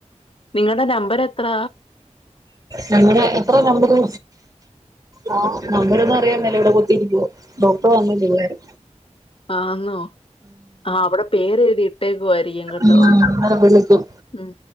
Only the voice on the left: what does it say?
നിങ്ങടെ നമ്പർ എത്രാ
ആഹ്ന്നോ ആഹ് അവിടെ പേരെഴുതിയിട്ടേക്കുവായിരിക്കും കേട്ടോ
ഉം